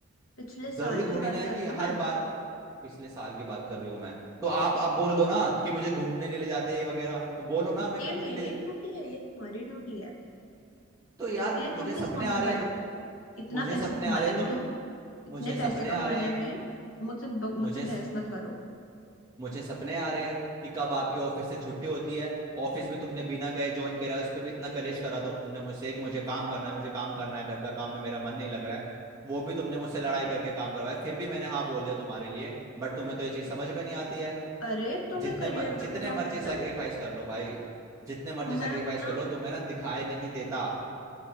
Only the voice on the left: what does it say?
पिछले
साल
की बात
कर
रही हूँ मैं
ये
मेरी
ड्यूटी है ये तुम्हारी ड्यूटी है
इसके लिए
तुम रिस्पॉन्सिबल
हो इतना
पैसे
कमाने
में
तुम इतने
पैसे कमाने
में मुझसे ब- मुझसे
बहस मत करो
हम्म,
अरे तो
मैं करियर
ना
बनाऊं
अपना
तो मैं
अपना